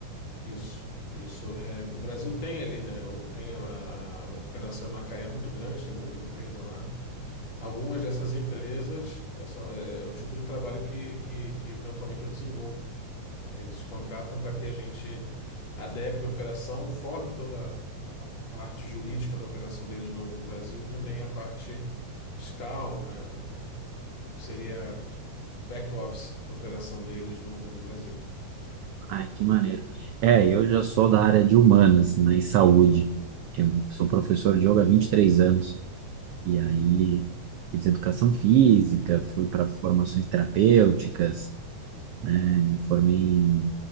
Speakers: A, on the left; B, on the right.
A: isso, isso. É, o Brasil tem ali, né? o- Tem a, a- uma operação em Macaé muito grande, tem muita empresa lá. Algumas dessas empresas é, são- é- é o tipo de trabalho que, que, que eventualmente eu desenvolvo. né? Eles contratam para que a gente adeque a operação, forme toda parte jurídica da operação deles no, no Brasil e também a parte fiscal, né? Seria o back office da operação deles no, no Brasil.
B: Ai, que maneiro. É, eu já sou da área de humanas, né, e saúde. Eu sou professor de yoga há 23 anos. E aí, fiz educação física, fui para formações terapêuticas, Me formei em,